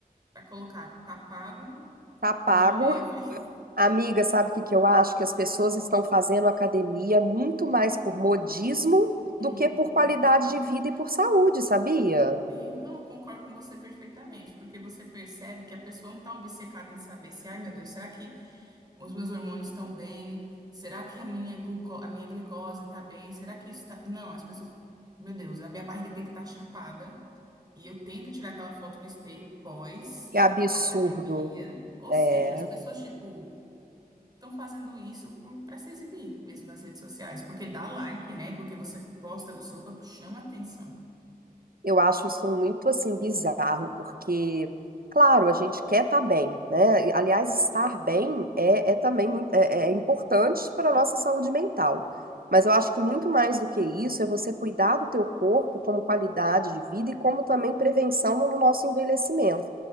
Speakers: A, on the right; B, on the right.
A: pra colocar, tá pago,
B: Tá pago.
A: hoje teve.
B: Amiga, sabe o que que eu acho? Que as pessoas estão fazendo academia muito mais por modismo
A: Uhum.
B: do que por qualidade de vida e por saúde, sabia?
A: Sim, não, eu concordo com você perfeitamente, porque você percebe que a pessoa não está obcecada em saber se, ai meu Deus, será que os meus hormônios estão bem? Será que a minha gluco a minha glicose está bem? Será que isso está. Não, as pessoas. Meu Deus, a minha barriga tem que estar chapada e eu tenho que tirar aquela foto no espelho pós
B: Que absurdo.
A: academia. Ou
B: É,
A: seja, as pessoas, tipo, estão fazendo isso para se exibir mesmo nas redes sociais, porque dá like, né? Porque você posta do seu corpo, chama atenção.
B: Eu acho isso muito assim bizarro, porque, claro, a gente quer estar bem, né? E, Aliás, estar bem é, é também mui- é, é importante para a nossa saúde mental. Mas eu acho que muito mais do que isso é você cuidar do teu corpo como qualidade de vida e como também prevenção no nosso envelhecimento.